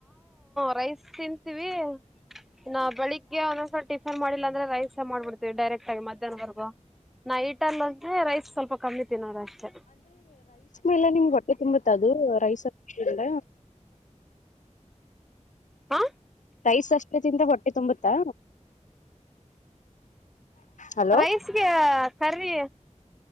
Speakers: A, in the centre; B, on the left.
A: ವಯಸ್ ತಿಂತೀವಿ ನಾ ಬೆಳಿಗ್ಗೆ ಒಂದ್ಸ ಟಿಫನ್ ಮಾಡಿಲ್ಲ ಅಂದ್ರೆ ರೈಸ್ ಮಾಡ್ಬಿಡ್ತೀವಿ ಡೈರೆಕ್ ಆಗ ಮಧ್ಯಾಹ್ನವಗೂ ನೈಟಲ್ಲ ಅಂದ್ರೆ ರೈಸ್ ಸ್ವಲ್ಪ ಕಮ್ಮಿತ ನೋಡ ಅಷ್ಟೆ
B: ಎಲ್ಲಾ ನಿಮ್ಗೆ ಹೊಟ್ಟೆ ತುಂಬತ್ತ ಅದು ರೈಸ್ ಎಲ್ಲ
A: ಹಾ
B: ರೈಸ್ ಅಷ್ಟೇ ತಿಿಂದ ಹೊಟ್ಟೆ ತುಂಬುತ್ತಾ ಹಲೋ
A: ರೈಸ್ಗೆ ಕರಿವಿ